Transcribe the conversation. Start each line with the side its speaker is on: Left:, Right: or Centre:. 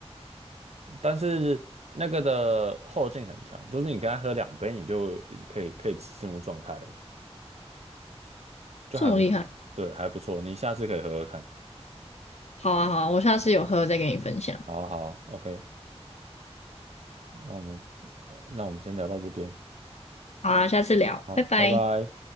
Right: 但是那个的后劲很强，就是你刚它喝两杯，你就可以可以进入状态了，就还蛮对，
Left: 这么厉害。
Right: 还不错，你下次可以喝喝看。
Left: 好啊，好啊，我下次有喝再跟你分享。
Right: 好好，OK，那我们那我们先聊到这边，
Left: 好啊，下次聊，
Right: 好，
Left: 拜拜。
Right: 拜拜。